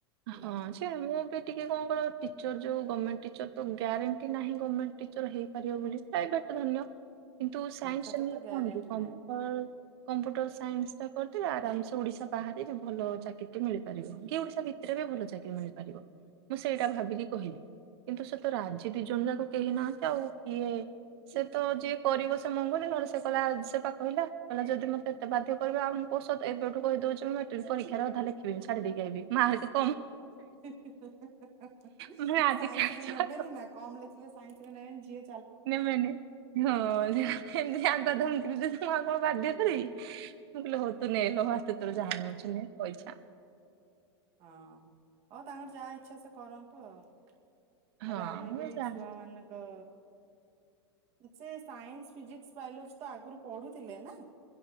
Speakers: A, on the right; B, on the right.
A: ହେଲା
B: ହଁ ସେ ମୁଁ ବି ଟିକେ କଣ ଟିଚର ଯୋଉ ଗମେଣ୍ଟ- ଟିଚର ତ ଗ୍ୟାରେଣ୍ଟି ନାହିଁ ଗମେଣ୍ଟ ଟିଚର ହେଇପାରିବ ବୋଲି ପ୍ରାଇଭେଟ ଧରିନିଅ କିନ୍ତୁ ସାଇନ୍ସ
A: ସେଟା
B: ନେଲେ
A: ତ ଗ୍ୟାରେଣ୍ଟି
B: କଣ କି କମ୍ପୁଟର
A: ନାହିଁ।
B: କମ୍ପୁଟର ସାଇନ୍ସ ଟା- ଆରାମ ସେ ଓଡିଶା ବାହାରେ ବି ଭଲ ଚାକିରିଟି ମିଳିପାରିବ କି ଓଡିଶା ଭିତ ରେ ଭଲ ଚାକିରି ମିଳିପାରିବ ମୁଁ ସେଇଟା ଭାବିକି କହିବି। କିନ୍ତୁ ସେ ତ ରାଜି ଦି ଜଣ ଯାକ କେହି ନାହାନ୍ତି ଆଉ କିଏ ସେ ତ ଯିଏ କରିବ ସେ ମଙ୍ଗୁନି ନହେଲେ ସେ କହିଲା ସେ ପା କହିଲା। କହିଲା ଯଦି ମୋତେ ଏତେ ବାଧ୍ୟ କରିବ ଆଉ- ପଷତ ଏବେଠୁ କହିେଉଛି ମୁଁ ମାଟ୍ରିକ ପରୀକ୍ଷାରେ ଅଧା ଲେଖିବିନି ଛାଡି ଦେଇକି ଆସିବି <unintelligible>
A: ହି ହି ହି
B: ମାନେ ଆଜିକାଲି
A: ସାଇନ୍ସ ରେ
B: ଛୁଆ
A: ନେବେନି ନା କମ୍ ଲେଖିଲେ ସାଇନ୍ସ ରେ ନେବେନି ଯି
B: ନେବେ ନି ହଁ ଏମତି ପା <unintelligible> ମୁଁ ଆଉ କଣ ବାଧ୍ୟ
A: ଇଆଡୁ
B: କରିବି। ମୁଁ କହିଲେ ହଉ ତୁ ନେଲୋ ମା ତୋର
A: ବୁଝିଲନି
B: ଯାହା ନଉଛୁ ନେ ତୋ ଇଛା।
A: ହଁ ହଉ ତାଙ୍କର ଯାହା ଇଛା ସେ କରନ୍ତୁ ଆଉ। ତାପରେ
B: ହଁ
A: ଆମେ
B: ମୁଁ
A: ବି
B: ଜାଣି
A: ଛୁଆ ମାନଙ୍କ ସେ ସାଇନ୍ସ ଫିଜିକ୍ସ ବାୟୋଲୋଜି ତ ଆଗରୁ- ପଢୁଥିଲେ ନା